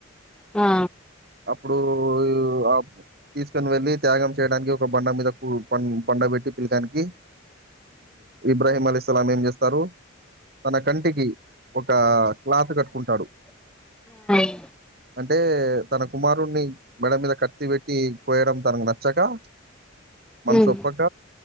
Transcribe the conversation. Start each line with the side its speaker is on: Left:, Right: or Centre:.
Centre: ఆ
Right: ఇప్పుడు ఆ తీసుకని వెళ్ళి త్యాగం చేయడానికి ఒక బండ మీద కూ బండ పెట్టి పిలకానికి ఇబ్రాహీం అలిస్లాం ఏం చేస్తారు తన కంటికి ఒక క్లాత్ కట్టుకుంటాడు
Centre: ఉ
Right: అంటే తన కుమారుణ్ణి మెడ మీద కత్తి పెట్టి కోయడం తనకు నచ్చగా మన్స్
Centre: ఉమ్
Right: ఒప్పక